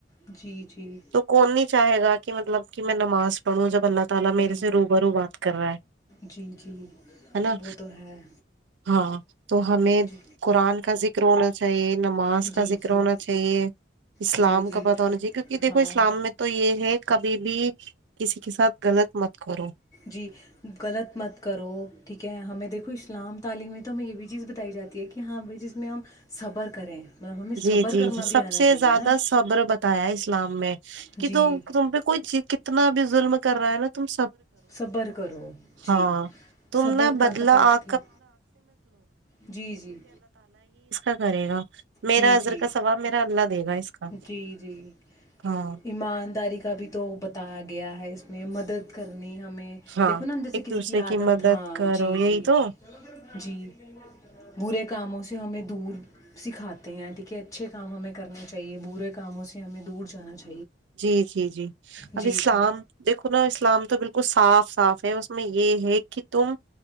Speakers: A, on the left; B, on the right.
A: جی جی
B: تو کون نہیں چاہے گا کہ مطلب کہ میں نماز پڑھو جب اللہ تعالی میرے
A: جی
B: سے روں بروں بات کر رہا ہے
A: جی جی
B: ہے نا
A: وہ تو ہے
B: ہاں تو ہمیں
A: جی
B: قرآن کا ذکر ہونا چاہی نماز
A: جی
B: کا ذکر
A: جی
B: ہونا چاہیے اسلام
A: جی جی
B: کا پتہ ہونا چاہیے کیونکہ دیکھو
A: ہاں
B: اسلام میں تو یہ ہے کبھی بھی کسی کے ساتھ غلط مت کرو
A: جی غلط مت کرو ٹھیک ہے ہمیں دیکھو کچھ اسلام تعلیممی تو ہمیں یہ بھی چیز بتائی جاتی ہے کہ ہاں بھائی جس میں ہم صبر کریں مطلب ہمیں صبر
B: جی جی
A: کرنا
B: جی سب
A: بھی آنا
B: سے
A: چاہیے
B: زیادہ
A: نا
B: صبر بتایا اس اسلام میں
A: جی
B: کہ تو تم کوئی ج اتنا بھی ظلم کر رہا ہے نا ت <unintelligible>
A: صبر کرو جی
B: اھا
A: صبر کا بتاتے ہیں جی جی
B: کرے گا <unintelligible> میرا
A: جی
B: اظر
A: جی
B: کا سثواب میرا اللہ دے گا اس کا
A: جی جی
B: ہاں
A: ایمانداری کا بھی تو بتایا گیا ہے اس میں مدد کرنی ہمیں
B: ہاں
A: دیکھو نا ہم جیسے
B: ایک
A: کسی
B: دوسرے
A: کی عادت
B: مدد
A: ہاں
B: کرو
A: جی
B: یہی
A: جی
B: تو
A: جی برے کا کاموں سے ہمیں دور سکھاتا دھ کہ اچھے کام ہمیں کرنا چاہیے برے کاموں سے ہمیں دور جانا چاہیے
B: جی جی جی اب
A: جی
B: اسلام
A: جی
B: دیکھو نا اسلام تو بالکل کو صاف صاف ہے اس میں یہ ہے کہ تم